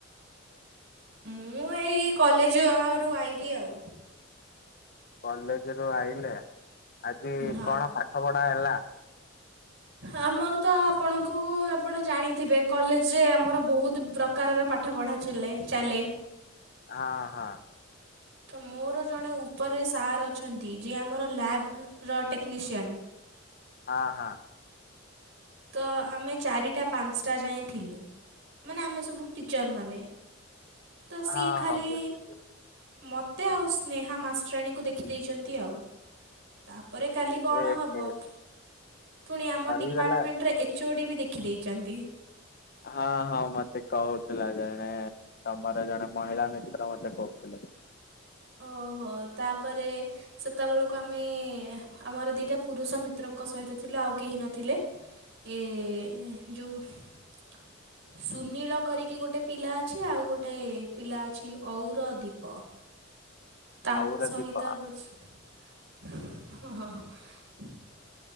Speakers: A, on the right; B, on the left.
A: ମୁଁ ଏଇ କଲେଜ ଆରୁ ଆଇଲିି ଆଉ।
B: କଲେଜ ରୁ ଆଇିଲେ ଆଜି
A: ହଁ।
B: କଣ ପାଠ ପଢା ହେଲା?
A: ଆମର ତ ଆପଣଙ୍କୁ ଆପଣ ଜାଣିଥିବେ କଲେଜରେ ଆମର ବହୁତ। ପ୍ରକାରର ପାଠ ପଢ଼ା ଚୁଲେ ଚାଲେ।
B: ହଁ ହଁ।
A: ତ ମୋର ଜଣେ ଉପରେ ସାର୍ ଅଛନ୍ତି ଯିଏ ଆମର ଲ୍ୟାବ ର ଟେକ୍ନିସିଆନ୍।
B: ହଁ ହଁ।
A: ତ ଆମେ ଚାରିଟା ପାଞ୍ଚଟା ଯାଏ ଥିଲୁ। ମାନେ ଆମେ ସବୁ ଟିଚର୍ ମାନେ ତ ସିଏ
B: ହଁ
A: ଖାଲି।
B: ହଁ ବୁଝିଲି
A: ମୋତେ ଆଉ ସ୍ନେହା ମାଷ୍ଟରାଣୀଙ୍କୁ ଦେଖିଦେଇଛନ୍ତି ଆଉ ତାପରେ କାଲି କଣ
B: ଏ
A: ହବ
B: ହେ
A: ପୁଣି ଆମ
B: ସରିଗଲା
A: ଡିପାର୍ଟମେଣ୍ଟରେ ଏଚ୍ ଓ ଡି ବି ଦେଖିଦେଇଛନ୍ତି।
B: ହଁ ହଁ ମତେ କହୁଥିଲା ଜଣେ ତମର ଜଣେ ମହିଳା ମିତ୍ର ମତେ କହୁଥିଲେ।
A: ଓହୋ ତାପରେ ସେତେବେଳକୁ ଆମେ ଆମର ଦିଟା ପୁରୁଷ ମିତ୍ରଙ୍କ ସହିତ ଥିଲୁ ଆଉ କେହି ନଥିଲେ। ଏ ଯେଉଁ <inaudible> ସୁନୀଳ କରିକି ଗୋଟେ ପିଲା ଅଛି ଆଉ ଗୋଟେ ପିଲା ଅଛି ଔରଦୀପ। ତାଙ୍କ
B: ଆଉର
A: ସହିତ
B: ଦୀପ
A: <unintelligible>